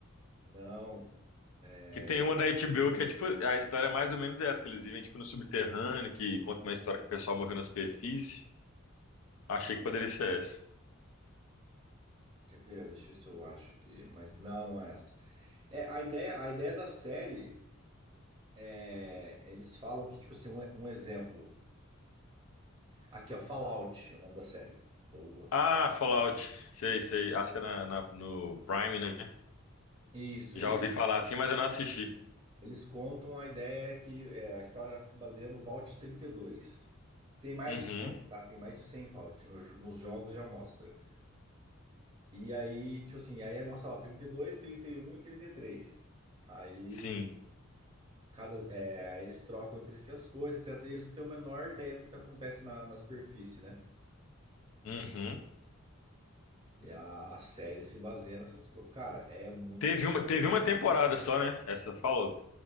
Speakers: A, on the right; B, on the left.
A: Não. É,
B: Que tem uma da HBO que é tipo, a história é mais ou menos essa, que eles vivem tipo no subterrâneo, que conta uma história que o pessoal morreu na superfície. Achei que poderia ser essa.
A: quer ver? Deixa eu ver se eu acho aqui. Mas não, não é essa. É, a ideia, a ideia da série é, eles falam que, tipo assim, um, um exemplo. Aqui, ó, Fallout é o nome da série. Boa.
B: Ah, Fallout. Sei, sei. Acho que é na, na- no Prime, né?
A: Isso,
B: Já
A: eles
B: ouvi falar assim, mas eu não assisti.
A: Eles contam a ideia que é, a história se baseia no Vault 32. Tem mais
B: Uhum,
A: de 100, tá? Tem mais de 100 Vault no jo- nos jogos já mostra. E aí, tipo assim, aí mostra lá trinta e dois, trinta e um e e 33. Aí
B: sim.
A: cada é, aí eles trocam entre si as coisas, etc. E eles não têm a menor ideia do que tá acontece na, na superfície, né?
B: Uhum.
A: E a, a série se baseia nessas coisas. Cara, é muito
B: Teve
A: louco.
B: uma, teve uma temporada só, né? Essa Fallout.